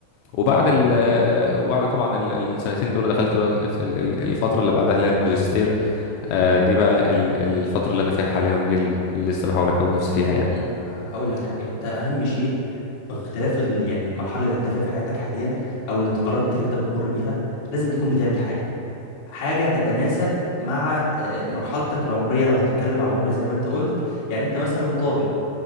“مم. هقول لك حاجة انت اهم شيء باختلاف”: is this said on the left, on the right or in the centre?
Left